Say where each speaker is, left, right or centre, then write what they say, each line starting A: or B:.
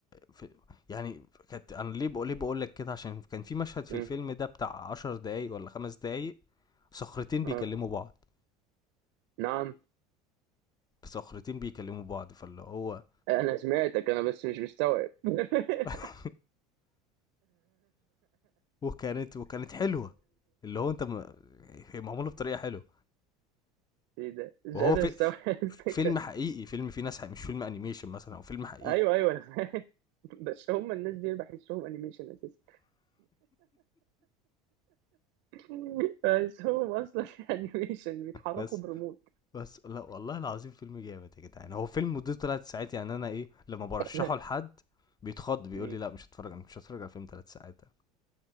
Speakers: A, on the left; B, on the right.
A: في يعني كانت انا ليه بقول ليه بقول لك كده عشان كان في مشهد في
B: امم
A: الفيلم ده بتاع عشر دقايق ولا خمس دقايق صخرتين بيكلموا
B: اه
A: بعض
B: نعم
A: صخرتين بيكلموا بعض فاللي هو
B: انا سمعتك انا بس مش مستوعب <laughs>
A: <laughs> وكانت وكانت حلوه اللي هو انت م... هي معموله بطريقه حلوه
B: ايه ده مش
A: وهو
B: قادر
A: في...
B: استوعب الفكره
A: فيلم حقيقي فيلم فيه ناس حقيقي مش فيلم انيميشن مثلا او فيلم حقيقي
B: ايوه ايوه انا فاهم بس هم الناس دي أنا بحسهم انيميشن اساسا <laughs> بس هم اصلا انيميشن بيتحركوا
A: بس
B: بريموت
A: بس لا والله العظيم فيلم جامد يا جدعان هو فيلم مدته ثلاث ساعات يعني انا ايه لما برشحه
B: <laughs>
A: لحد بيتخض بيقول
B: مم.
A: لي لا مش هتفرج انا مش هتفرج على فيلم ثلاث ساعات ده.